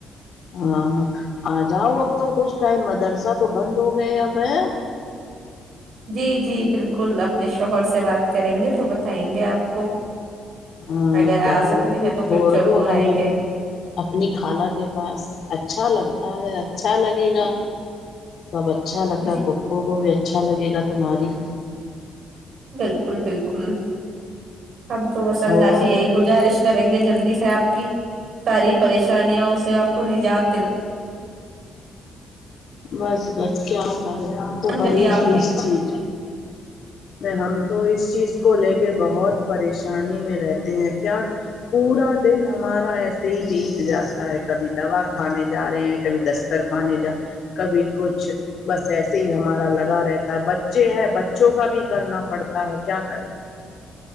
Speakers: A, on the left (about 60°); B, on the right (about 60°).
A: ہاں ہاں آ جاؤ اب تو کچھ ٹائم مدرسہ تو بند ہو گئے اب ہے
B: جی جی بالکل کل اپنے شوہر سے بات کریں گے تو بتائیں گے آپ کو
A: ہاں
B: اگر
A: کہو
B: آ سکتے ہیں تو
A: چھوڑ
B: پھر ضرور
A: دو ہمیں
B: آئیں گے
A: اپنی خالہ کے پاس اچھا لگتا <inaudible> اچھا لگے گا
B: جی
A: سب اچھا لگتا
B: جی
A: ہے پو کو بھی اچھا لگے گا کماری
B: بالکل بالکل ہم تو وس اللہ
A: اور
B: سے یہی گزارش کریں گے جلدی سے آپ کی ساری پریشانیا اسے آپ کو نجات دل
A: بس بس کیا کرے ہم
B: دلان
A: تو بڑے
B: آپ
A: ہی
B: بھی
A: اس چیز میں ہم تو اس چیز کو لے کے بہت پریشانی میں رہتے ہیں کیا پورا دن ہمارا ایسے ہی بیت جاتا ہے کبھی دوا کھانے جا رہے ہیں کبھی دستر کھانے جا رہ کبھی کچھ بس ایسے ہی ہمارا لگا رہتا ہے بچے ہیں بچوں کا بھی کرنا پڑتا ہے کیا کریں